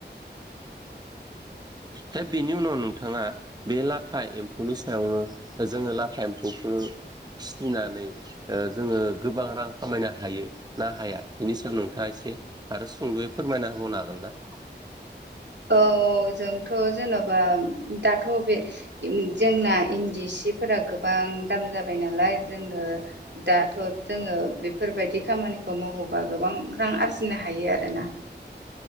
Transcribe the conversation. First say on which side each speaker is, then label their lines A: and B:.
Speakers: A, on the right (about 20°); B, on the right (about 75°).
A: दा बेनि उनाव नोंथाङा बे लाथा एम्फौनि सायावनो दा जोङो लाथा एम्फौखो फिसिनानै उह जोङो गोबां रां खामायनो हायो ना हाया बेनि सायाव नोंथाङा एसे आरो सुंद'यै फोरमायना होबावनो हागोन ना?
B: औ जोंथ' जेन'बा दाथ' बे उम जोंना इन्दि सिब फोरा गोबां दाम जाबाय नालाय जोङो दाथ' जोङो बेफोरबायदि खामानिखौ मावोबा गोबां रां आरजिनो हायो आरोना।